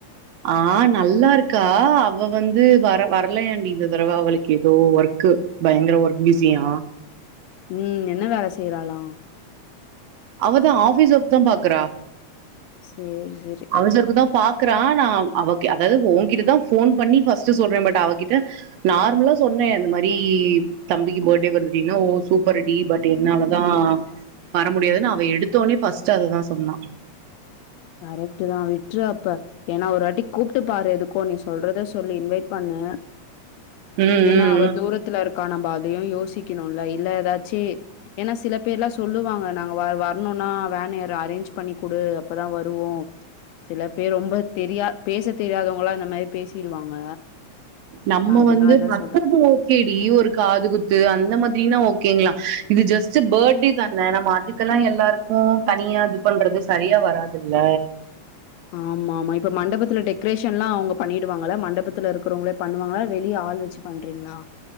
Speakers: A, on the right; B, on the left.
A: ஆ நல்லா இருக்கா அவ வந்து வர வரலையாண்டி இந்த தடவ அவளுக்கு ஏதோ ஒர்க்கு பயங்கர ஒர்க் பிஸியா
B: ம் என்ன வேல செய்றாளா
A: அவதா ஆபிஸ் ஒரு தா பாக்குறா
B: சேரி சேரி
A: அவசருக்கு தா பாக்குறா நா அவ் அவக்கே அதாவது ஒகிட்டதா போன் பண்ணி ஃர்ஸ்ட் சொல்றே பட் அவகிட்ட நார்மலா சொன்ன இந்த மாரி தம்பிக்கு பர்த்டே வருதுட்டீன்னா ஓ சூப்பர் டி பட் என்னாலதா வர முடியாது அவ எடுத்தோனே பர்ஸ்ட் அததா சொன்னா
B: கரெக்ட் தா விட்ரு அப்பே ஏனா ஒருவாட்டி கூப்ட்டு பாரு எதுக்கு நீ சொல்றத சொல்லு இன்வைட் பண்ணு
A: ம் ம்
B: ஏனா அவ
A: ம்
B: தூரத்துலருக்கா நம்ம அதயு யோசிக்கணுல இல்ல ஏதாச்சி ஏனா சில பேர்லா சொல்லுவாங்க நாங்க வர வரணுனா வேன் யாரா அரேஞ்ச் பண்ணி குடு அப்பதா வருவோ சில பேர் ரொம்ப தெரியா பேச தெரியாதவங்களா இந்த மாரி பேசிடுவாங்க
A: நம்ம
B: அதனால
A: வந்து
B: தான்
A: மத்தது
B: சொல்றேன்
A: கெடி ஒரு காது குத்து அந்த மாதிரினா ஓகேங்ளா இது ஜஸ்ட் பர்த்டே தான நம்ம அதுக் இதெல்லா எல்லாருக்கு தனியா இது பண்றது சரியா வராதுல்ல
B: ஆமா ஆமா இப்ப மண்டபத்துல டெக்ரேஷன்ல்லா அவங்க பண்ணிடுவாங்கல்ல மண்டபத்துல இருக்கிறவங்களே பண்ணுவாங்களா வெளிய ஆள் வச்சுப் பண்றங்ளா